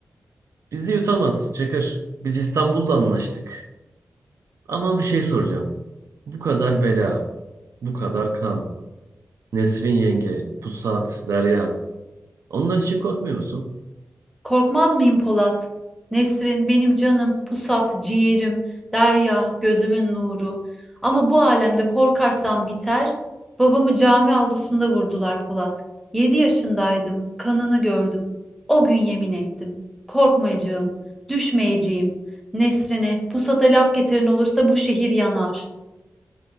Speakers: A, on the right (about 75°); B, in the centre.
A: Bizi yutamaz, Çakır. Biz İstanbul'da anlaştık. Ama bir şey soracağım. Bu kadar bela, bu kadar kan. Nesrin yenge, Pusat, Derya. Onlar için korkmuyor musun?
B: Korkmaz mıyım Polat? Nesrin, benim canım, pusat, ciğerim, derya, gözümün nuru. Ama bu alemde korkarsam biter. Babamı cami avlusunda vurdular Polat. Yedi yaşındaydım, kanını gördüm. O gün yemin ettim. Korkmayacağım, düşmeyeceğim. Nesrin'e, pusata laf getiren olursa bu şehir yanar.